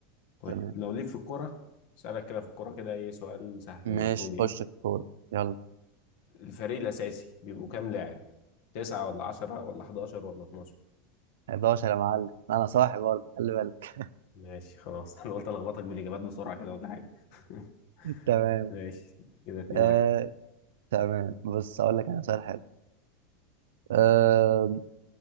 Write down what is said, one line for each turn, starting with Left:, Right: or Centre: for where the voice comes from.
Left: طيب
Right: تمام
Left: لو ليك في الكرة اسألك كده في الكرة كده ايه سؤال سهل
Right: ماشي
Left: المفروض يعني
Right: خش في الكورة يلا
Left: الفريق الأساسي بيبقوا كام لاعب تسعة ولا عشرة ولا حداشر ولا اتناشر
Right: 11 يا معلم انا صاحي برضه خلي بالك
Left: ماشي خلاص <laughs> انا قلت الخبطك بالاجابات بسرعه كده ولا حاجه <laughs>
Right: <laughs> تمام
Left: ماشي كده اتنين
Right: آه
Left: واحد
Right: تمام بص اقول لك انا سؤال حلو آه،